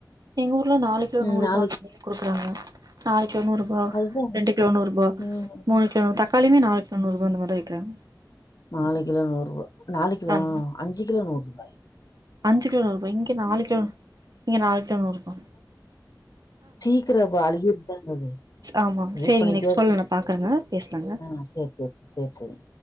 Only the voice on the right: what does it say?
எங்க ஊர்ல நாலு கிலோ
நூறு
ரூபா சொல்லி குடுக்குறாங்க நாலு கிலோ நூறு ரூபா
ரெண்டு கிலோ நூறு ரூபா
மூணு கிலோ தக் காளியுமே நாள்க்கு நண்ணூறுபா அந்த மாதிரிதா விக்கிறாங்க
ஆமா
அஞ்சு கிலோ நூறுபா இங்க நாலு கிலோ இங்க நாலு கிலோ நூற் ருபா
ஆமா
சேரிங்க
நெக்ஸ்ட்
கால்ல நா பாக்குறேங்க பேசலாங்க